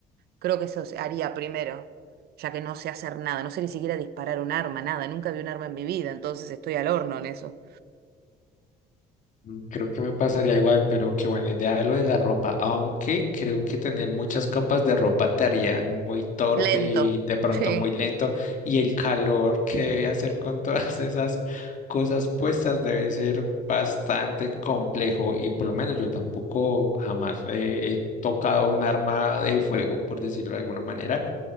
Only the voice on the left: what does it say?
Mm, Creo que me pasaría igual, pero qué buena idea lo de la ropa, aunque creo que tener muchas copas de ropa te harían muy torpe
y de pronto
muy lento, y el calor que hacer con todas <laughs> esas cosas puestas debe ser bastante complejo y por lo menos yo tampoco jamás eh, he tocado un arma de fuego, por decirlo de alguna manera.